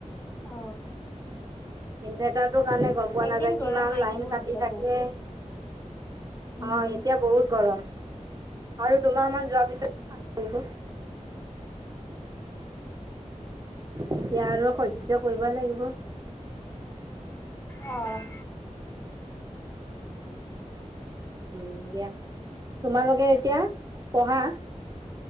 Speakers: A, on the left; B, on the right.
A: অ
B: ইনভাৰ্টাৰটো কাৰণে গম পোৱা
A: এইকেইদিন
B: নাযায়
A: গৰম
B: কিমান
A: মাৰিও
B: লাইন কাটি
A: আছে
B: থাকে
A: বহুত।
B: অ
A: উম,
B: এতিয়া বহুত গৰম আৰু দুমাহ মান যোৱাৰ পিছত ঠাণ্ডা পৰিব এতিয়া আৰু সহ্য কৰিব লাগিব
A: অ
B: উম দিয়া তোমালোকে এতিয়া পঢ়া